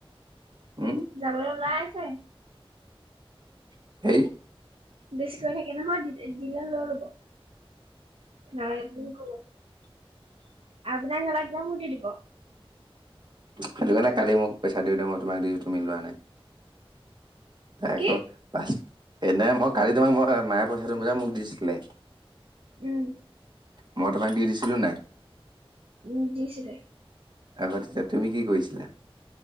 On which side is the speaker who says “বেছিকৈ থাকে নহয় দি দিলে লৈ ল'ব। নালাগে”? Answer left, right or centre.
Right